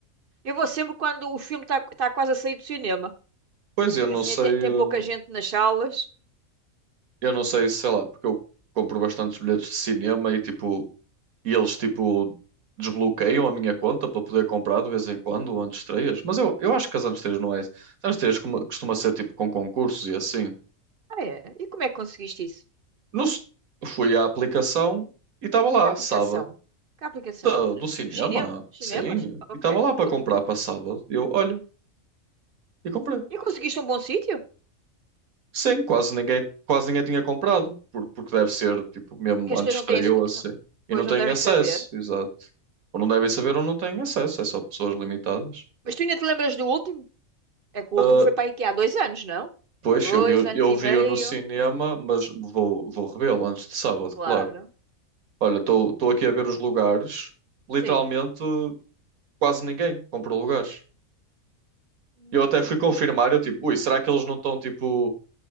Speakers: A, on the right; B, on the right.
A: Eu vou sempre quando o filme está tá tá quase a sair do cinema.
B: Pois eu não
A: Assim,
B: sei,
A: tem, tem
B: eh,
A: pouca gente nas salas.
B: eu não sei, sei lá, porque eu compro bastantes bilhetes de cinema e tipo, e eles tipo desbloqueiam a minha conta para poder comprar de vez em quando antestreias. Mas eu, eu acho que as antestreias não é. As antestreias como- costuma ser tipo com concursos e assim.
A: Ah, é? E como é que conseguiste isso?
B: Não se- fui à aplicação e estava lá,
A: Que aplicação?
B: sábado.
A: Que aplicação?
B: "Da-
A: Do-
B: Do cinema?
A: Dos cinema? Cinemas?
B: Sim.
A: Ok.
B: E estava lá para
A: Do-
B: comprar para sábado. Eu, olha, e comprei.
A: E conseguiste um bom sítio?
B: Sim, quase ninguém, quase ninguém tinha comprado. por- porque deve ser, tipo, mesmo
A: Que as
B: antes
A: pessoas
B: de
A: não
B: estreou
A: têm. esse co-
B: assim.
A: não-
B: E
A: Pois
B: não têm
A: não devem
B: acesso,
A: saber.
B: exato. Ou não devem saber ou não têm acesso. É só pessoas limitadas.
A: Mas tu ainda te lembras do último? É que o
B: Ah,
A: último foi para a IKEA há dois anos, não?
B: pois,
A: Dois
B: eu vi,
A: anos
B: eu
A: e
B: vi-o
A: meio.
B: no cinema, mas vou, vou revê-lo antes de sábado,
A: Claro.
B: claro. Olha, estou aqui a ver os lugares. Literalmente,
A: Sim.
B: quase ninguém comprou lugares.
A: Hum,
B: Eu até fui confirmar, eu tipo, ui, será que eles não estão tipo